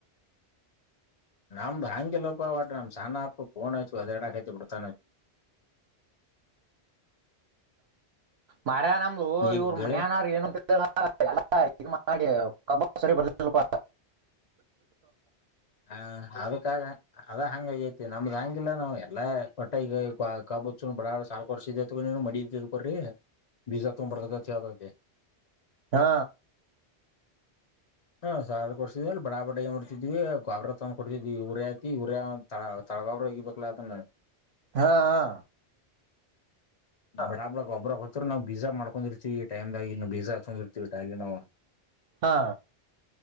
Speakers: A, on the left; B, on the right.
A: ಆಮದು ಹಾಂಗೆ ಲೋಪ ಆಮ ಸಾನ ಆೋ ಪನ ಹಚ್ಚು ಅದಾರಡಕಾಯತಿ ಪಡ್ತಾ
B: ಮಾರ ನಮ್
A: ಈಗ
B: ಇವ್ರು
A: ಗಳೆ
B: ಮನ್ಯಾನ ಏನ ಎಲ್ಲ ಇ ಮಾಡಿರಿ ಸ್ವಲ್ಪ
A: ಹ ಅದಕ್ಕಾಗ ಅದ ಹಂಗಗೈತಿ ನಮ್ದ್ ಹಂಗಿಲ್ಲ ನಾವ್ ಎಲ್ಲಾ ಒಟ್ಟೆ ಈಗ ಕಾಬು ಚೂ ಬಡಾ ಸಾಾಲಲ್ಕ್ ವರ್ಷ ಇದೈತೆಗ ನೀನು ಮಡಿಕೋ್ರಿ ಬೀಜಾತ್ ಬರ್ತತತಿತತಿ
B: ಹಾ
A: ಹಾ ಸ ಕೊಡ್ಸಿದ ಬಡ ಏನ್ ಮಾಡ್ತಿದ್ವಿ ಗೊಬ್ರ ತ ಕೊಡ್ತಿದ್ವಿ ಉರಿಯ ಹತಿ ಉರಿಯ ತ ತಳಗೊಬ್ರ ಹಗಿಬೇಕಾ ಅದನ್ನ
B: ಹಾ ಹ
A: ಬಡಾಬ್ಳ ಒಬ್ರಕ್ ಹತ್ರು ನಾವು ಬೀಜ ಮಾಡ್ಕೊಂಡಿರ್ತಿೀವಿ ಈ ಟೈಮ್್ದಾಗಿ ಇ ಬೀಜ ಹಾಚ್ಕೊಂಡಿರ್ತಿವಿ ಟೈಲಿ ನಾವು
B: ಹಾ